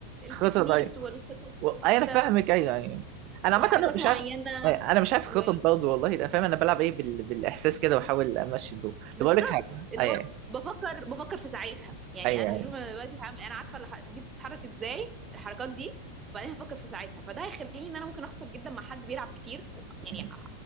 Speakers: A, on the right (about 20°); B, on the right (about 40°).
A: التكنيكس
B: خطر و...
A: والخطط
B: أيوة،
A: وكده
B: انا فاهمك ايوه يعني انا
A: وحركات
B: عامه انا مش
A: معينه
B: عارف أيوة، انا مش عارف
A: و...
B: خطط برضه والله انا فاهم انا بلعب ايه بال... بالاحساس كده واحاول امشي الدور
A: بالظبط
B: طب اقول لك حاجه
A: اللي
B: ايوه
A: هو
B: ايوه
A: بفكر بفكر في ساعتها يعني
B: أيوة،
A: انا هشوف انا دلوقتي هعمل- انا عارفه الح- دي بتتحرك ازاي الحركات دي وبعدين هفكر في ساعتها فده هيخليني ان انا ممكن اخسر جدا مع حد بيلعب كتير يعني
B: أيوة،
A: ع-